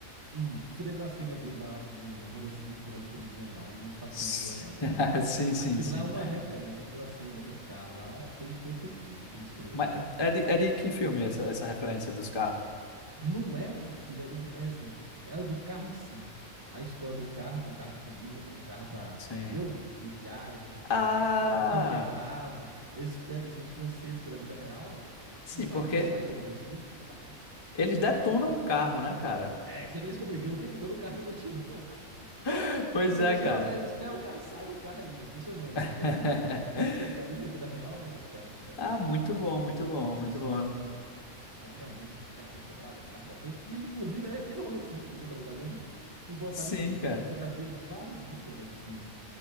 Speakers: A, on the right; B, on the left.
A: Isso. Você lembra a cena dele lá no, no Honda Civic, lá eles brigando lá, um esfaqueando
B: S-
A: o outro lá, né?
B: <laughs> Sim, sim,
A: Aquilo
B: sim.
A: lá é uma referência, aquela cena daquele carro lá tem, tem o porquê, viu, que eles escolheram
B: Mas
A: aquele carro.
B: é de, é de que filme essa, essa referência dos carros?
A: Não é de filme, é, do, é assim, é do carro em si. A história do carro, que é um carro de família, que é um carro pra,
B: Sim.
A: entendeu? De viagem, que o carro
B: Ah,
A: suporta, é inquebrável. Aí eles pegam assim, uns conceitos que é da vida real,
B: sim,
A: que saiu
B: porque
A: quando saiu o Honda Civic e tal.
B: eles
A: É um carro
B: detonam
A: inquebrável,
B: o
A: é
B: carro,
A: um carro pra família.
B: né, cara?
A: É, você vê que eles ficam brigando o tempo todo e o carro ainda continua lá.
B: <laughs> Pois
A: E você
B: é,
A: continua,
B: cara.
A: eles pegam o carro e saem com o carro ainda, funcionando.
B: <laughs>
A: Então, assim, eles pegaram isso da vida real, né? Que os caras fizeram propaganda
B: Ah, muito
A: falando
B: bom, muito bom,
A: que um Honda
B: muito
A: Civic
B: bom.
A: é, é um, realmente um carro inquebrável, é um carro potente. E, inclusive, é aquele Honda Civic dentro da propaganda e botar
B: Sim,
A: no filme.
B: cara.
A: Então, você vai ver vários easter eggs, assim,